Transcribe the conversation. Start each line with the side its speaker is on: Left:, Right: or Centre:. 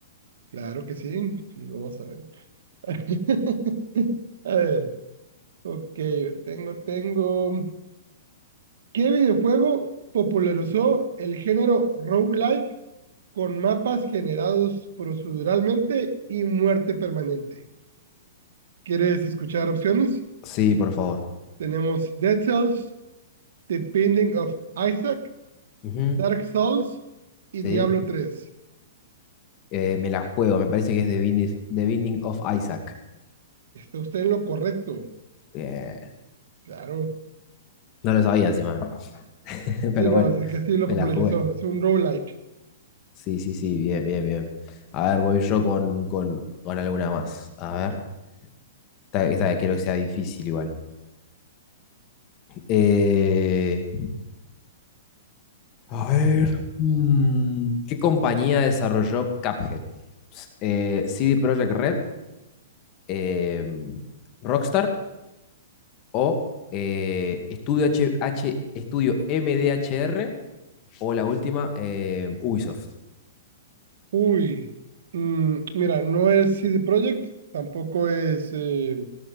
Right: Claro que sí, lo vas a ver. <laughs> A ver, ok, tengo, tengo. ¿Qué videojuego popularizó el género roguelike con mapas generados proceduralmente y muerte permanente? ¿Quieres escuchar opciones?
Left: Sí, por favor.
Right: Tenemos Dead Cells, The Binding of Isaac,
Left: Ujú,
Right: Dark Souls y
Left: sí,
Right: Diablo 3.
Left: Eh, me la juego, me parece que es The Binding, The Binding of Isaac.
Right: ¿Está usted en lo correcto?
Left: Bien.
Right: Claro.
Left: No lo sabía encima, <laughs> pero
Right: Sí, no,
Left: bueno,
Right: así que sí lo
Left: me
Right: popularizó.
Left: la jugué.
Right: Es un roguelike.
Left: Sí, sí, sí, bien, bien, bien. A ver, voy yo con, con, con alguna más. A ver, esta, esta quiero que sea difícil igual. Eh, a ver, mm, ¿qué compañía desarrolló Cuphead? S- eh, CD Projekt Red, eh, Rockstar o eh, Estudio H, H- Estudio MDHR o la última eh, Ubisoft.
Right: Uy. Mm, mira, no es CD Projekt, tampoco es eh,